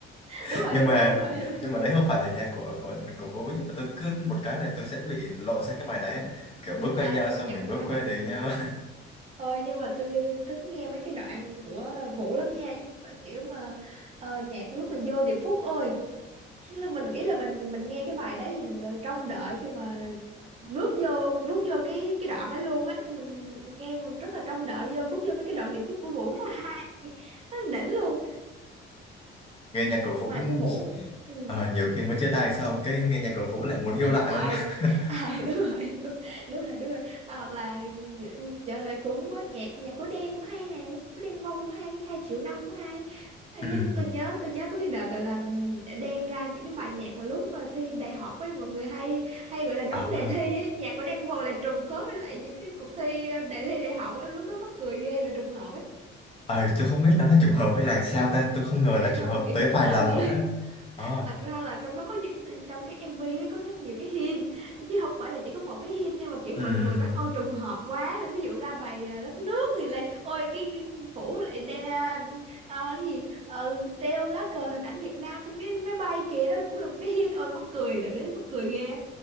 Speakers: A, on the left; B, on the right.
A: <laughs>
B: đúng rồi
A: nhưng
B: đúng
A: mà
B: rồi đúng rồi đúng rồi.
A: nhưng mà đấy không phải là nhạc của của của Vũ nhưng mà tôi cứ một cái là tôi sẽ bị lộ ra cái bài đấy á. kiểu bước qua
B: Ờ,
A: nhau
B: nhưng
A: xong
B: mà nhạc
A: mình
B: của
A: bước
B: Vũ hay
A: qua
B: thật
A: đời nhau
B: ờ, nhưng mà tôi thích nghe mấy cái đoạn của Vũ lắm nha Nhưng mà kiểu mà ờ, nhạc lúc mà vô điệp khúc ơi Tức là mình nghĩ là mình mình nghe cái bài đấy thì mình rồi trông đợi khi mà bước vô bước vô cái cái đoạn ấy luôn á thì mình nghe mình rất là trông đợi vô bước vô mấy cái đoạn điệp khúc của Vũ rất là hay rất là đỉnh luôn
A: <laughs> nghe nhạc của Vũ
B: ngoài của Vũ ừ.
A: ờ, nhiều khi mới chia tay xong cái nghe nhạc của Vũ lại muốn yêu lại
B: à,
A: luôn á. <laughs>
B: à <laughs> đúng rồi đúng, đúng rồi đúng rồi À, hoặc là giờ lại cũng có nhạc nhạc của Đen cũng hay nè của Đen Vâu cũng hay hai triệu năm cũng hay À,
A: ừ.
B: nhưng tôi nhớ tôi nhớ có cái đợt gọi là ừm, Đen ra những cái bài nhạc mà lúc mà thi đại học với mọi người hay hay gọi là đóng
A: À.
B: đề thi ấy. nhạc của Đen Vâu là trùng khớp với lại những cái cuộc thi ờ, đề thi đại học em lúc đó mắc cười ghê là trùng hợp ấy
A: Ờ, tôi không biết nó là trùng hợp hay là sao ta, tôi không ngờ là
B: <laughs>
A: trùng
B: không
A: hợp
B: tôi nghĩ
A: tới
B: trùng
A: vài
B: hợp
A: lần
B: thôi
A: luôn á. Ờ,
B: thật ra là trong đó có những- trong cái MV đấy có rất nhiều cái hint chứ không phải là chỉ có một cái hint nhưng mà kiểu
A: ừm,
B: mọi người nói ôi trùng hợp quá rồi ví dụ ra bài à, đất nước thì lại ôi cái phủ lại đe à, cái gì Ờ, treo lá cờ hình ảnh Việt Nam trên cái máy bay kìa đó là cũng là một cái hint ôi mắc cười đợt đấy mắc cười ghê á.